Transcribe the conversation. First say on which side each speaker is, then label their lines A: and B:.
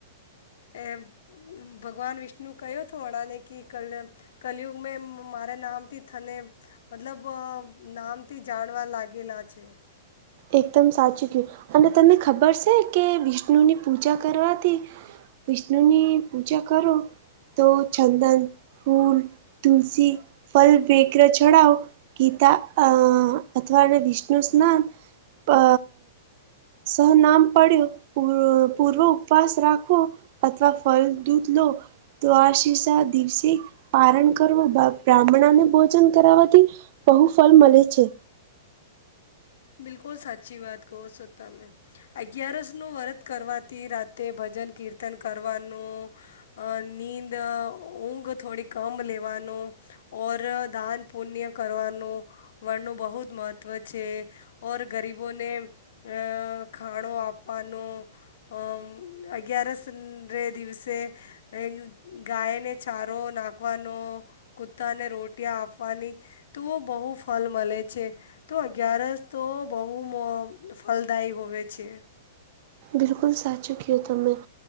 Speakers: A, on the left; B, on the right.
A: એમ ભગવાન વિષ્ણુ કયો તો અનાનેકી ક્લયપ કલયુગ મે મારે નામથી થને મતલબ અ નામથી જાણવા લાગેલા છે.
B: એકદમ સાચું કેવ અને તમને ખબર છે કે વિષ્ણુની પૂજા કરવાથી વિષ્ણુની પૂજા કરો તો ચંદન ફૂલ તુલસી ફલ બે કર ચડાઓ ગીતા અ અથવા વિષ્ણુ સ્નાન અ શું નામ પડ્યું પૂર્વ ઉપવાસ રાખુ અથવા ફલ દૂધ લો. તો આ શીષા દિવસે પારણ કરવું બ્રાહ્મણને ભોજન કરાવાથી બહું ફલ મલે છે.
A: બિલકુલ સાચી વાત કહો છો તમે. અગિયારસ નું વ્રત કરવાથી રાતે ભજન કીર્તન કરવાનું અ નીંદ ઊંઘ થોડી કમ લેવાનું ઓર દાન પુણ્ય કરવાનું વડનું બહુંત મહત્ત્વ છે. ઓર ગરીબોને અ ખાણો આપવાનો અ અગિયારસ ના દિવસે એ ગાયને ચારો નાખવાનો કુતાને રોટિયા આપવાની તોઓ બહું ફલ મલે છે તો અગિયારસ તો બહું મ ફલદાયી હોવે છે‌.
B: બિલકુલ સાચું કયો તમે.